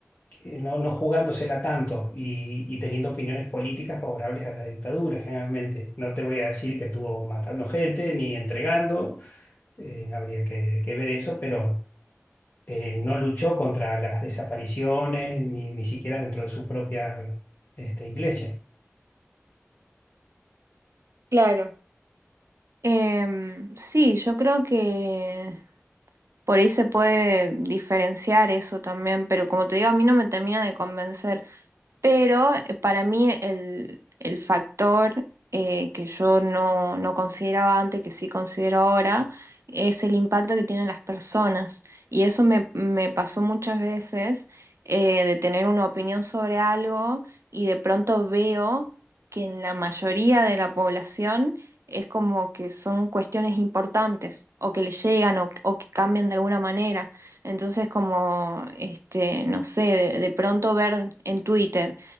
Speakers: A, on the left; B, on the right.
A: que no, no jugándosela tanto y, y teniendo opiniones políticas favorables a la dictadura generalmente. No te voy a decir que estuvo matando gente ni entregando, eh, habría que que ver eso, pero eh, no luchó contra las desapariciones, ni, ni siquiera dentro de su propia este, iglesia.
B: Claro. Em, sí, yo creo que por ahí se puede diferenciar eso también, pero como te digo, a mí no me termina de convencer. Pero eh, para mí el, el factor eh, que yo no, no consideraba antes, que sí considero ahora, es el impacto que tienen las personas. Y eso me, me pasó muchas veces eh, de tener una opinión sobre algo y de pronto veo que en la mayoría de la población es como que son cuestiones importantes o que le llegan o, o que cambian de alguna manera. Entonces, como, este, no sé, de, de pronto ver en Twitter